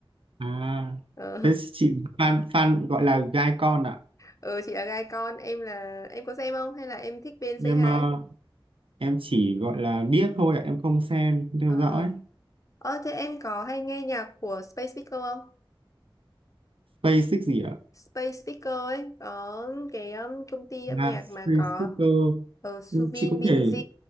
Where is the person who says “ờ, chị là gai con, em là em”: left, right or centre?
Left